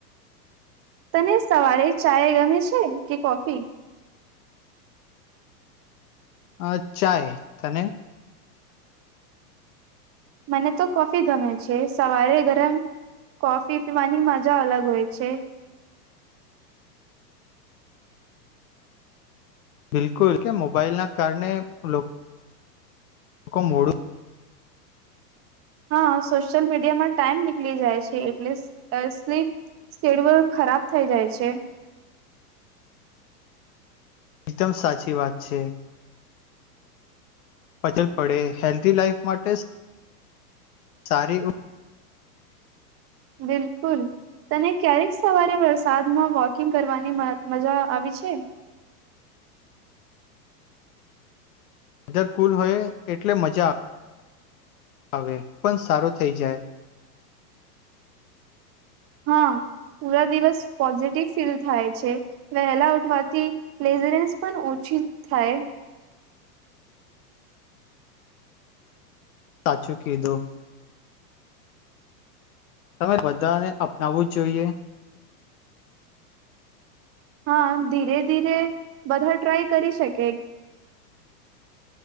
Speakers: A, on the right (about 30°); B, on the left (about 60°).
A: તને સવારે ચાય ગમે છે કે કોફી
B: અ ચાય તને
A: મને તો કોફી ગમે છે સવારે ગરમ કોફી પીવાની મજા અલગ હોય છે.
B: બિલકુલ કે મોબાઈલના કારણે લોકો મુખ મોડું
A: હા સોશિયલ મીડિયામાં ટાઈમ નીકળી જાય છે એટલે સ્લીપ સ્કેડ્યુલ ખરાબ થઈ જાય છે.
B: એકદમ સાચી વાત છે. ફજલ પડે હેલ્ધ લાઈફ માટે સારી
A: બિલકુલ તને ક્યારેક સવારે વરસાદમાં વોકિંગ કરવાની મજા આવી છે.
B: વેધર કુલ હોય એટલે મજા આવે હવે પણ સારો થઈ જાય
A: હા પૂરા દિવસ પોઝિટિવ ફીલ થાય છે વહેલા ઉઠવાથી લેઝરનેસ પણ ઓછી થાય.
B: સાચુ કીધું તમે બધાને અપનાવવું જ જોઈએ
A: હા ધીરે ધીરે બધા ટ્રાય કરી શકે